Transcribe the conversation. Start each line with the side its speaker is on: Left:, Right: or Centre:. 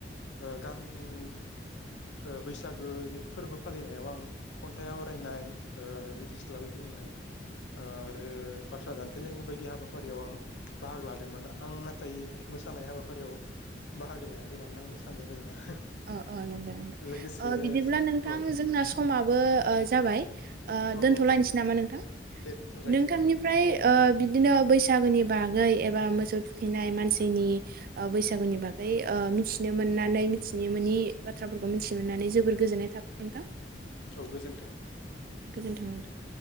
Left: ओ गामिनि ओ बैसागो फोरबो फालिनायाव आं खन्थाइ ओ आवरायनाय मिथिस्लाबै बुंनाय आरो बाथ्रा दानथेलायनाय बायदि हाबाफारियाव आं बाहागो लादोंमोन। आं नाथाय मोसानाय हाबाफारियाव बाहागो लायाखै मानोना आं मोसानो रोङा।
Right: अ-अ नोंगौ नोंथां।
Left: लोगोसे
Right: ओ बिदिब्ला नोंथां
Left: औ
Right: जोंना समाबो ओ जाबाय ओ
Left: औ
Right: दोनथ'लायनोसै
Left: औ
Right: नामा? नोंथां
Left: दे दोनथ' जायो
Right: नोंथांनिफ्राय
Left: नोंथां दे
Right: ओ बिदिनो बैसागोनि बा गै एबा मोसौ थुखैनाय मानसिनि ओ बैसागुनि बागै ओ मिथिनो मोननानै मिथिनि मोनि बाथ्राफोरखौ मिथि मोननानै जोबोर गोजोननाय थाबाय नोंथां।
Left: औ गोजोन्थों।
Right: गोजोनथों नोंथां।